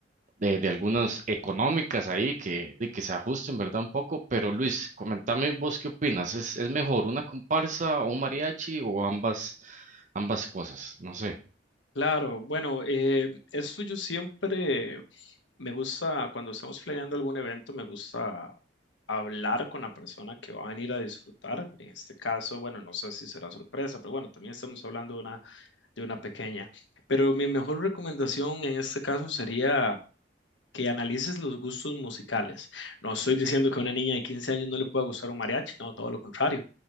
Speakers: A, on the right; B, on the left.
A: de, de algunas económicas ahí que, de que se ajusten, ¿verdad? Un poco, pero Luis, comentame vos qué opinas, ¿es, es mejor una comparsa o un mariachi o ambas, ambas cosas? No sé,
B: Claro, bueno, eh, eso yo siempre me gusta, cuando estamos planeando algún evento, me gusta hablar con la persona que va a venir a disfrutar. En este caso, bueno, no sé si será sorpresa, pero bueno, también estamos hablando de una, de una pequeña. Pero mi mejor recomendación en este caso sería que analices los gustos musicales. No estoy diciendo que a una niña de 15 años no le pueda gustar un mariachi, no, todo lo contrario.